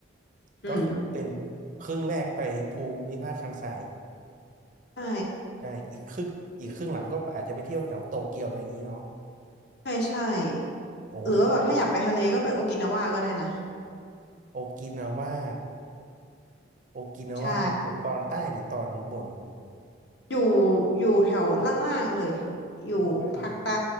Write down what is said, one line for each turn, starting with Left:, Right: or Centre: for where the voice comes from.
Left: อืม
Right: ก็คือเป็นครึ่งแรกไปภูมิภาคคันไซ
Left: ใช่
Right: ใช่อีกครึ่งอีกครึ่งหลังก็อาจจะไปเที่ยวแถวโตเกียวอะไรอย่างนี้เนาะ
Left: ใช่ใช่
Right: โอ้อย่างนี้
Left: หรือว่าแบบถ้าอยากไปทะเลก็ไปโอกินาวาก็ได้นะ
Right: โอกินาว่าโอกินาว่าอยู่ตอนใต้หรือตอนบน
Left: ใช่อยู่อยู่แถวล่างๆเลยอยู่ภาคใต้
Right: บ้าง